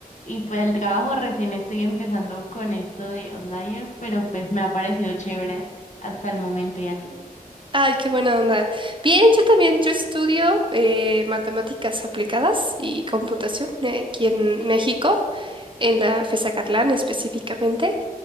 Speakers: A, on the left; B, on the right.
A: Y pues el trabajo recién estoy empezando con esto de Outlier, pero pues me ha parecido chévere hasta el momento. ¿Y a ti?
B: Ay, qué buena onda. Bien, yo también, yo estudio eh, matemáticas aplicadas y computación eh, aquí en México, en la FESACatlán específicamente.